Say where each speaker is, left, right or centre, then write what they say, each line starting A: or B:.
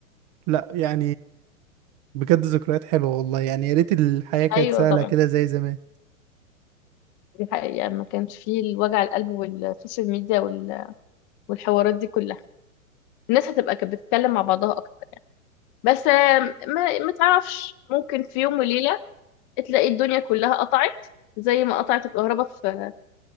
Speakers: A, on the right; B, on the left.
A: لا يعني بجد ذكريات حلوة والله يعني يا ريت الحياة كانت
B: ايوه
A: سهلة
B: طبعا
A: كده زي زمان
B: دي حقيقة ما كانش فيه الوجع القلب والسوشيال ميديا وال- والحوارات دي كلها الناس هتبقى كانت بتتكلم مع بعضها أكتر بس آه، ما ما تعرفش ممكن في يوم وليلة تلاقي الدنيا كلها قطعت زي ما قطعت الكهرباء في